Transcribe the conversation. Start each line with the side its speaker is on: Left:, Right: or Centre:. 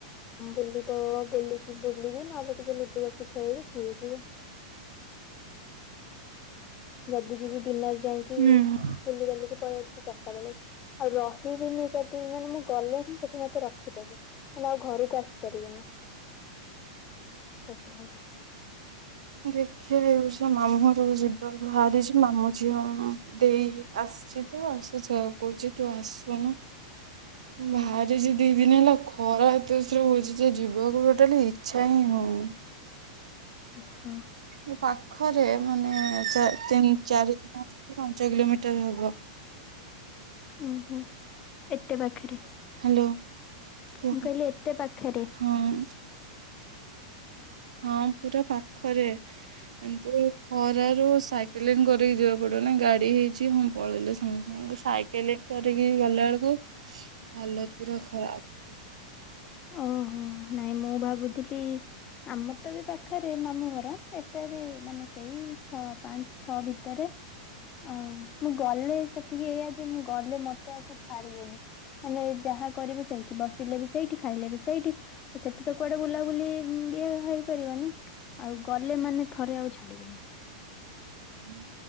Left: ବୁଲିବ ବୁ ବୁଲିବି। ନହେଲେ ଟିକେ ଲୁଡୁ ବସିକି ଖେଳିବି କିଏ ହେଇଯିବ। ଯଦି ଯିବି ଦିନ ଯାଇକି
Right: ହୁଁ।
Left: ବୁଲିିବାଲିକି ପଳେଇ ଆସିବି। ଚା ଏକାବେଳେ ଆଉ ରହିବିନି ସେଠି। ମାନେ ମୁଁ ଗଲେ ହିଁ ସେଠି ମତେ ରଖିଦେବି। ମାନେ ଆଉ ଘରକୁ ଆସିପାରିବିନି। ସେଥିଲାଗି
Right: ଦେଖିଆ ଏ ବର୍ଷ ମାମୁଁଘର ତ ଯିବା ବାହାରିଛି ମାମୁଁ ଝିଅ ଦେଇ ଆସିଛି ତ। ଆ ସେ କହୁଛି ତୁ ଆସୁନୁ। ଭାରି ଆ ଦି ଦିନ ହେଲା ଖରା ଏତସ ହଉଛି ଯେ ଯିବାକୁ ଟୋଟାଲି ଇଚ୍ଛା ହିଁ ହଉନି।
Left: ଓହୋ।
Right: ଏ ପାଖରେ ମାନେ ଚା ତିନ ଚାରି ଦିନ। ପାଞ୍ଚ କିଲୋମିଟର ହବ। <inaudible>
Left: ଓହୋ ଏତେ ପାଖରେ।
Right: ହ୍ୟାଲୋ
Left: <inaudible>
Right: କୁହ
Left: ମୁଁ କହିଲି ଏତେ ପାଖେରେ।
Right: ହଁ। ହଁ ପୁରା ପାଖରେ। କିନ୍ତୁ ଖରାରୁ ସାଇକେଲିଂ କରିକି ଯିବାକୁ ପଡିବ ନା ଗାଡି ହେଇଛି ହଁ ପଳେଇଲ ସାଙ୍ଗେ ସାଙ୍ଗେ ସାଇକେଲିଂ କରିକି ଗଲା ବେଳକୁ ହାଲତ ପୁରା ଖରାପ।
Left: ଓହୋ ନାଇଁ ମୁଁ ଭାବୁଥିଲି ଆମ ତ ବି ପାଖରେ ମାମୁଁ ଘର। ଏତେ ବି ମାନେ ସେଇ ଛ ପାଞ୍ଚ ଛଅ ଭିତରେ। ଆଉ ମୁଁ ଗଲେ ସେତିକି ଏଇଆ ଯେ ମୁଁ ଗଲେ ମତେ ଆଉ ସେ ଛାଡିବେନି। ହେଲେ ଯାହା କରିବୁ ସେଇଠି ବସିଲେ ବି ସେଇଠି ଖାଇଲେ ବି ସେଇଠି ସେଠି ତ କୁଆଡେ ବୁଲାବୁଲି ଇଏ ହେଇପାରିବନି। ଆଉ ଗଲେ ମାନେ ଥରେ ଆଉ ଛାଡିବେନି।
Right: ହୁଁ।